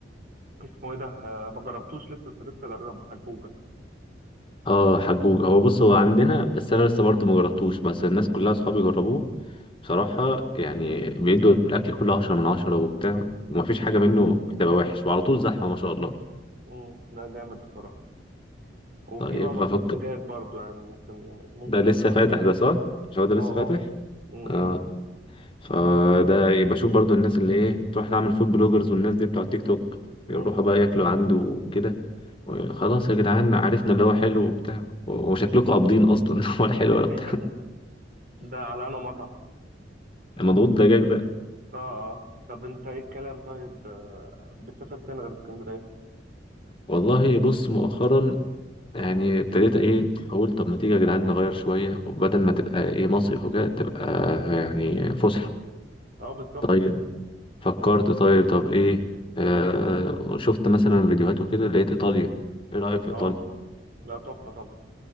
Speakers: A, on the right; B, on the left.
A: اسمه ايه ده آه، ما جربتوش لسه بس لسه جرب حجوجة
B: اه حجوج هو بص هو عندنا بس انا لسه برضه ما جربتوش بس الناس كلها اصحابي جربوه بصراحه يعني بيدوا الاكل كله عشرة من عشرة وبتاع ومفيش
A: امم
B: حاجه منه بتبقى وحش وعلى طول زحمه ما شاء الله
A: امم ده جامد بصراحة وفي
B: طيب
A: بقى
B: بفكر
A: مضغوط دجاج برضو يعني ممكن ممكن
B: ده لسه
A: تجربه
B: فاتح ده صح مش هو ده
A: اه
B: لسه فاتح
A: اه مم،
B: اه فده يبقى شوف برضه الناس اللي ايه تروح تعمل فود بلوجرز والناس دي بتوع التيك توك يروحوا
A: مم، مم.
B: بقى ياكلوا عنده وكده خلاص يا جدعان عرفنا اللي هو حلو وبتاع وشكلكم قابضين اصلا <laughs> ولا حلو
A: <laughs>
B: ولا بتاع
A: ده على انه مطعم
B: مضغوط دجاج ده.
A: اه اه طب انت ايه الكلام طيب آه، بتسافر فين غير اسكندرية
B: والله بص مؤخرا يعني ابتديت ايه اقول طب ما تيجي يا جدعان نغير شويه وبدل ما تبقى ايه مصيف وكده تبقى يعني فسحه
A: اه بالظبط
B: طيب فكرت طيب طب ايه آه شفت مثلا فيديوهات وكده لقيت ايطاليا ايه رايك في
A: اه
B: ايطاليا
A: لا تحفة طبعا